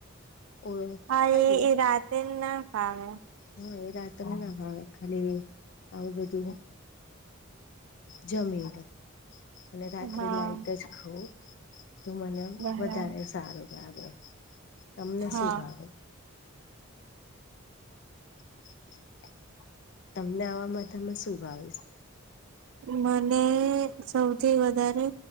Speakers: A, on the left; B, on the right.
A: ઓ
B: હા
A: ખાઈએ
B: એ એ રાતે ના પાાવે.
A: હા એ રાત ને ના હવે ખાલી આવું બધું જમી લો અને રાત્રે
B: હા
A: લાઈટ જ ખઉં તો મને
B: બરાબર
A: વધારે સારું લાગે તમને
B: હા
A: શું ભાવે <unintelligible> તમને આવા મથામાં શું ભાવીશ
B: મને સૌ થી વધારે